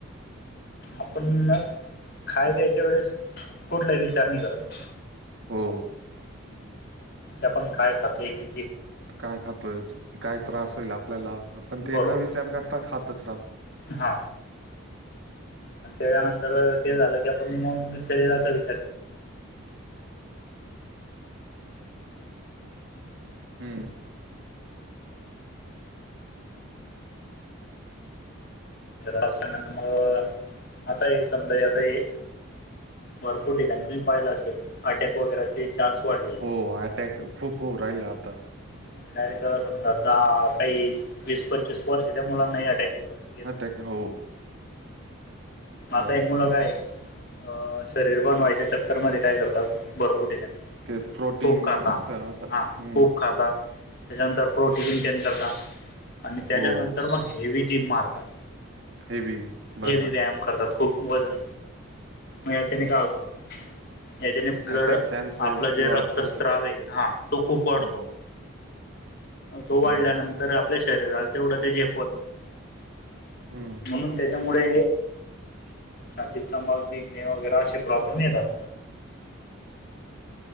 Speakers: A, on the left; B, on the right.
A: आपण खाय प्यायच्या वेळेस कुठला विचारणी करत
B: हो
A: आपण काय खातोय की
B: काय खातोय काय त्रास होईल आपल्याला आपण ते
A: बरोबर
B: न विचार करता खातच राहतो
A: हा आणि तेच्यानंतर ते झालं की आपण मग शरीराचा विचार
B: हम्म
A: असल्यानंतर मग आता ये समजा आता ये भरपूर ठिकाणी तुम्ही पाहिला असेल अटॅक वगैरेचे चान्स वाढले
B: हो अटॅक खूप होऊ राहिला आता
A: म्हणजे डायरेक्ट समजा द काही वीस पंचवीस वर्ष त्या मुलांना अटॅक के
B: अटॅक हो
A: आता
B: बरोबर
A: हे मुलं काय अ शरीर बनवायच्या चक्कर मध्ये काय करतात भरपूर ठिकाणी
B: ते प्रोटीन
A: खूप खाता
B: असं.
A: हा
B: हम्म
A: खूप खाता त्याच्यानंतर प्रोटीनंटेन करतात आणि त्याच्यानंतर
B: हो
A: मग हेवी जिम मारतात
B: हेवी
A: हेवी
B: बर बर
A: व्यायाम करतात खूप वजन <unintelligible> याच्याने ब्लड
B: अटॅक चान्सेस
A: आपलं
B: किंवा
A: जे रक्तस्त्राव
B: त्यांची
A: हा तो खूप वाढतो
B: हो
A: तो वाडल्याने
B: बरोबर
A: तर आपल्या शरीराला तेवढं ते झेपवत नाही
B: हम्म
A: म्हणून त्याच्यामुळे
B: <unintelligible>
A: छातीतचा मल निघणे वगैरे असे प्रॉब्लेम येतात.